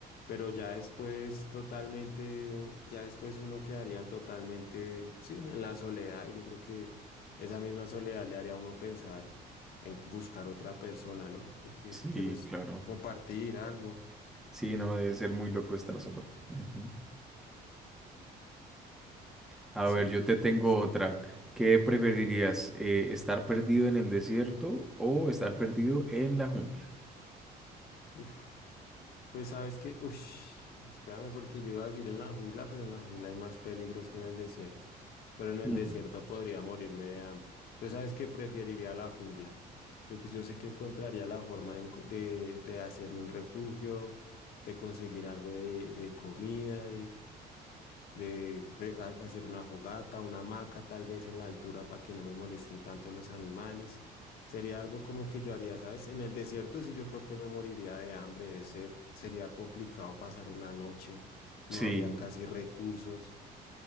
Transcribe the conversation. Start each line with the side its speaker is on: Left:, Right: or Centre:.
Left: Pero ya después totalmente, ya después uno quedaría totalmente, sí, en la soledad. Y yo creo que esa misma soledad le haría a uno pensar en buscar otra persona, ¿no? Lo que
Centre: Sí,
Left: quiero es
Centre: claro.
Left: compartir algo.
Centre: Sí, no, debe ser muy loco estar solo. Ujú. A
Left: Sí.
Centre: ver, yo te tengo
Left: es-
Centre: otra. ¿Qué preferirías? eh, ¿estar perdido en el desierto o estar perdido en la jungla?
Left: uf. Pues sabes que, uff, espérame porque yo iba a decir en la jungla, pero en la jungla hay más peligros que en el desierto. Pero en el
Centre: Mm.
Left: desierto podría morirme de hambre. Entonces, ¿sabes que Preferiría la jungla. Yo, pues, yo sé que encontraría la forma de, enco- de, de hacerme un refugio, de conseguir algo de, de comida, de pre- a- hacer una fogata, una hamaca tal vez en la altura para que no me molesten tanto los animales. Sería algo como que yo haría, ¿sabes? En el desierto sí yo creo que me moriría de hambre, de sed. Sería complicado pasar una noche. No
Centre: Sí,
Left: habrían casi recursos.